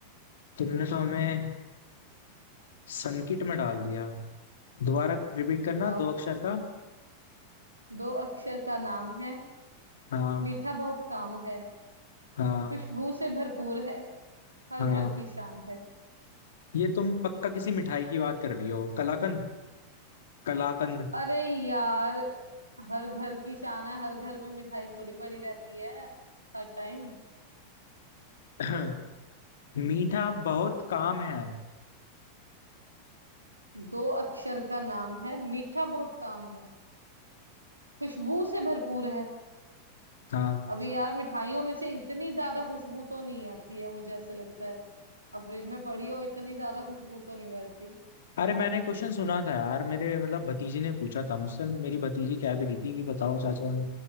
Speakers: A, on the left; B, on the right.
A: तुमने तो हमें संकट में डाल दिया दोबारा रिपीट करना
B: बताओ
A: दो
B: बताओ
A: अक्षर का
B: दो अक्षर का नाम है
A: हाँ
B: मीठा बहुत काम है
A: हाँ
B: खुशबू से भरपूर है हर
A: हाँ
B: घर की शान है
A: ये तुम पक्का किसी मिठाई की बात कर रही हो कलाकंद कलाकंद
B: अरे यार हर घर की शान है हर घर में मिठाई थोड़ी पड़ी रहती है हर टाइम
A: <clears throat> मीठा बहुत काम है
B: दो अक्षर का नाम है मीठा बहुत काम है खुशबू से भरपूर है
A: हाँ
B: अभी यार मिठाइयों में से इतनी ज्यादा खुशबू तो नहीं आती है मुझे ऐसे लगता है अब फ्रिज में पड़ी हो इतनी ज्यादा खुशबू तो नहीं रहती
A: अरे मैंने क्वेश्चन सुना था यार मेरे मतलब भतीजे ने पूछा था मुझसे मेरी भतीजी कह भी रही थी कि बताओ चाचा